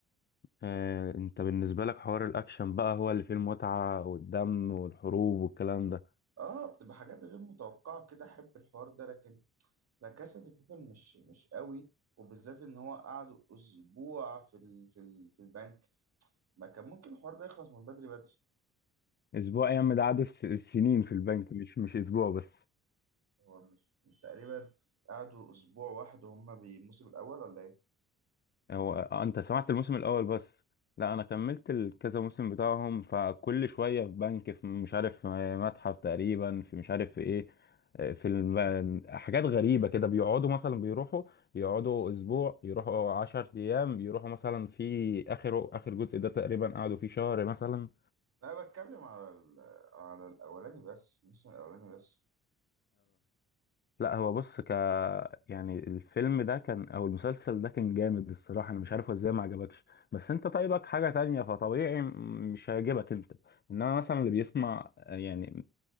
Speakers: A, on the left (about 35°); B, on the right (about 55°).
A: آه، انت بالنسبه لك حوار الاكشن بقى هو اللي فيه المتعه والدم والحروب والكلام ده
B: اه بتبقى حاجات غير متوقعه كده احب الحوار ده لكن لا كاسا دي بيبل مش مش قوي وبالذات ان هو قعدوا اسبوع في ال في ال في البنك ما كان ممكن الحوار ده يخلص من بدري بدري
A: اسبوع ايام ده قعدوا الس- السنين في البنك مش مش اسبوع بس
B: هو مش مش تقريبا قعدوا اسبوع واحد وهم بي- الموسم الاول ولا ايه
A: هو آه، انت سمعت الموسم الاول بس لا انا كملت الكذا موسم بتاعهم فكل شويه في بنك في مش عارف آه، متحف تقريبا في مش عارف في ايه آه، في الم... حاجات غريبه كده بيقعدوا مثلا بيروحوا يقعدوا اسبوع يروحوا عشر ايام يروحوا مثلا في اخر اخر جزء ده تقريبا قعدوا فيه شهر مثلا
B: لا بتكلم على ال... على الاولاني بس الموسم الاولاني بس
A: لا هو بص ك يعني الفيلم ده كان او المسلسل ده كان جامد الصراحه انا مش عارف هو ازاي ما عجبكش بس انت طيبك حاجه تانية فطبيعي م- مش هيعجبك انت انما مثلا اللي بيسمع يعني